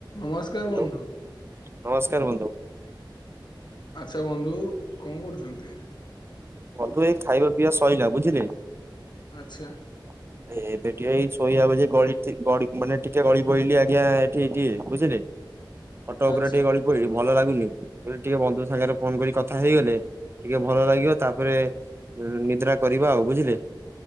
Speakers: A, on the left; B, on the right.
A: ନମସ୍କାର
B: ହ୍ୟାଲୋ
A: ବନ୍ଧୁ।
B: ନମସ୍କାର ବନ୍ଧୁ।
A: ଆଚ୍ଛା ବନ୍ଧୁ କଁ କରୁଛନ୍ତି?
B: ବନ୍ଧୁ ଏଇ ଖାଇବା ପିଇବା ସଇଲା ବୁଝିଲେ।
A: ଆଚ୍ଛା।
B: <inaudible> ଏବେ ଟିକେ ଏଇ ଶୋଇବା ପାଇଁ ଯେ ଗାଳି ଠି ଗଡି ମାନେ ଟିକେ ଗଳି ପଇଲି ଆଜ୍ଞା ଏଠି <unintelligible> ବୁଝିଲେ। ଖଟ ଉପରେ
A: ଆଚ୍ଛା
B: ଟିକେ ଗଳି ପଇଲି ଭଲ ଲାଗୁନି କହିଲି ଟିକେ ବନ୍ଧୁ ସାଙ୍ଗେରେ ଫୋନ୍ କରି କଥା ହେଇଗଲେ ଟିକେ ଭଲ ଲାଗିବ। ତାପରେ ନିଦ୍ରା କରିବା ଆଉ ବୁଝିଲେ।